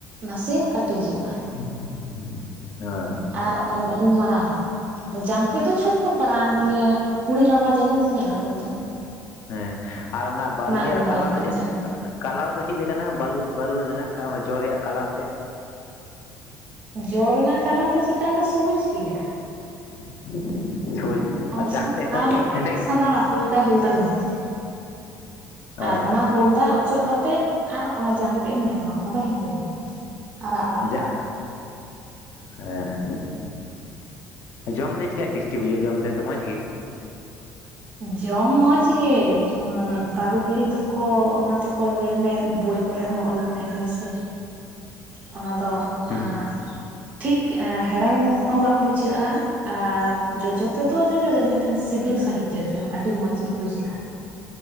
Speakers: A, on the right; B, on the left.
A: ᱱᱟᱥᱮᱭᱟᱜ ᱠᱟᱹᱴᱤᱡᱚᱜᱼᱟ
B: ᱚ
A: ᱟᱨ ᱩᱱ ᱢᱟᱨᱟᱝ ᱢᱟᱨᱟᱝ ᱡᱟᱝ ᱛᱮᱫ ᱫᱚ ᱪᱷᱳᱴᱴ ᱯᱟᱨᱟᱱ ᱤᱭᱟᱹ ᱠᱩᱲᱤᱡ ᱨᱟᱢᱟ ᱡᱟᱹᱱᱩᱢ ᱮᱢ ᱧᱮᱞ ᱠᱟᱫᱟ ᱛᱚ
B: ᱦᱮᱸ ᱟᱨ ᱚᱱᱟ ᱵᱟᱹᱨᱩ ᱨᱮᱭᱟᱜ
A: ᱩᱱ ᱢᱟᱨᱟᱝ
B: ᱠᱟᱞᱟᱨ
A: ᱢᱟᱨᱟᱝ
B: ᱫᱚ ᱪᱮᱫ
A: ᱡᱟᱝ
B: ᱠᱟᱞᱟᱨ ᱫᱚ ᱪᱮᱫ ᱞᱮᱠᱟᱱᱟ ᱵᱟᱞᱩ ᱵᱟᱹᱨᱩ ᱨᱮᱱᱟᱜ ᱚᱱᱮ ᱡᱚ ᱨᱮᱭᱟᱜ ᱠᱟᱞᱟᱨ ᱛᱮᱫ
A: ᱡᱚ ᱨᱮᱱᱟᱜ ᱠᱟᱞᱟᱨ ᱫᱚ ᱪᱮᱛᱟᱱ ᱫᱚ ᱥᱚᱵᱩᱡ ᱜᱮᱭᱟ᱾
B: <unintelligible>
A: ᱥᱚᱵᱩᱡ
B: ᱜᱮᱭᱟ
A: ᱚᱝᱥᱚᱢ
B: ᱟᱨ ᱡᱟᱝ ᱛᱮᱫ
A: ᱪᱷᱟᱲᱟᱣ
B: ᱫᱚ
A: ᱞᱮᱠᱷᱟᱱ
B: ᱦᱮᱸᱫᱮ ᱜᱮ
A: ᱥᱟᱫᱟ ᱦᱩᱞ‌ ᱼᱼ ᱫᱟ ᱦᱩᱞᱫᱟᱢ ᱧᱟᱢᱟ
B: ᱚ
A: ᱟᱨ ᱚᱱᱟ ᱦᱩᱞᱫᱟ ᱚᱪᱚᱜ ᱠᱟᱛᱮᱫ ᱟᱨ ᱚᱱᱟ ᱡᱟᱝ ᱛᱮ ᱮᱢ ᱧᱟᱢᱟ ᱚᱱᱟ ᱫᱚ ᱦᱮᱸᱫᱮ ᱜᱮᱭᱟ ᱟᱨᱟᱜ ᱟᱨᱟᱜ
B: ᱡᱟ
A: ᱵᱷᱟᱵ
B: ᱦᱮᱸ ᱡᱚᱢ ᱫᱚ ᱪᱮᱠᱟ ᱴᱮᱥᱴᱤ ᱵᱩᱡᱷᱟᱹᱜᱼᱟ ᱡᱚᱢ ᱛᱮᱫᱚ ᱢᱚᱡᱽ ᱜᱮ
A: ᱡᱚᱢ ᱢᱚᱸᱪ ᱜᱮ ᱵᱟᱨᱩ ᱵᱤᱞᱤ ᱫᱚᱠᱚ ᱚᱱᱟ ᱫᱚᱠᱚ ᱧᱮᱞᱢᱮ ᱵᱳᱭ ᱠᱚᱨᱮ ᱦᱚᱸ ᱚᱞ ᱢᱮᱱᱟᱜ ᱜᱮᱭᱟ ᱥᱮ ᱚᱱᱟ ᱫᱚ
B: ᱦᱩᱸ
A: ᱟᱸ ᱴᱷᱤᱠ ᱦᱮᱟᱲᱮᱟᱢ ᱦᱚᱸ ᱵᱟᱝ ᱵᱩᱡᱷᱟᱹᱜᱼᱟ ᱟᱨ ᱡᱚᱡᱚ ᱛᱮᱫᱚ ᱡᱚᱡᱚᱜᱮ ᱢᱮᱱᱠᱷᱟᱱ ᱮᱱᱠᱷᱟᱱ ᱥᱤᱵᱤᱞ ᱥᱟᱺᱦᱤᱡ ᱡᱚᱡᱚ ᱟᱹᱰᱤ ᱢᱚᱸᱡᱽ ᱜᱮ ᱵᱩᱡᱷᱟᱹᱜᱼᱟ᱾